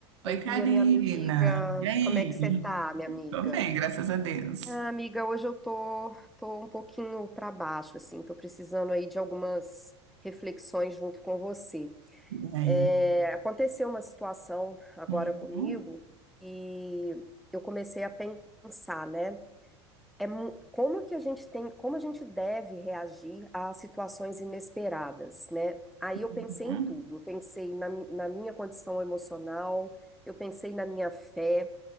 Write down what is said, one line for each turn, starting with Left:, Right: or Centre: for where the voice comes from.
Right: Oi,
Centre: Oi,
Right: Karina.
Centre: Bia, minha amiga.
Right: E aí?
Centre: Como é que você tá, minha amiga?
Right: Tô bem, graças a Deus.
Centre: Ah, amiga, hoje eu tô, tô um pouquinho pra baixo, assim, tô precisando aí de algumas reflexões junto com você.
Right: E aí?
Centre: É, aconteceu uma situação agora
Right: Uhum,
Centre: comigo e eu comecei a pensar, né? É, mu- como que a gente tem, como a gente deve reagir a situações inesperadas, né? Aí eu
Right: uhum,
Centre: pensei em tudo, eu pensei na, mi- na minha condição emocional, eu pensei na minha fé.